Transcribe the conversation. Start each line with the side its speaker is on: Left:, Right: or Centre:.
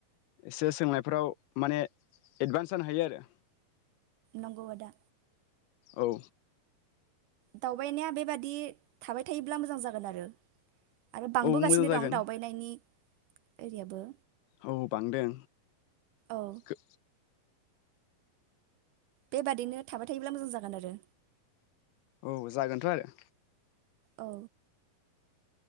Left: एसे सोंनायफोराव माने एडभान्स जानो हायो आरो।
Right: नंगौ आदा।
Left: औ।
Right: दावबायनाया बेबादि थाबाय थायोब्ला मोजां जागोन आरो। आरो बांबोगासिनो
Left: औ मोजां जागोन
Right: दं दावबायनायनि ओरियाबो।
Left: औ बांदों
Right: औ
Left: गो
Right: बेबादिनो थाबाय थायोब्ला मोजां जागोन आरो।
Left: औ जागोनथ' आरो।
Right: औ।